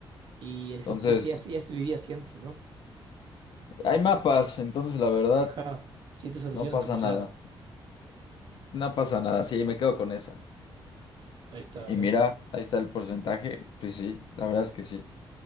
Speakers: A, on the right (about 60°); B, on the left (about 60°).
A: Y el GPS
B: Entonces,
A: ya, se- ya se vivía así antes, ¿no?
B: hay mapas, entonces la verdad,
A: Ajá, siete soluciones
B: no pasa
A: como
B: nada.
A: sea
B: <laughs> No pasa nada, sí, me quedo con esa.
A: esta
B: Y
A: vez.
B: mira, ahí está el porcentaje. Pues sí, la verdad es que sí.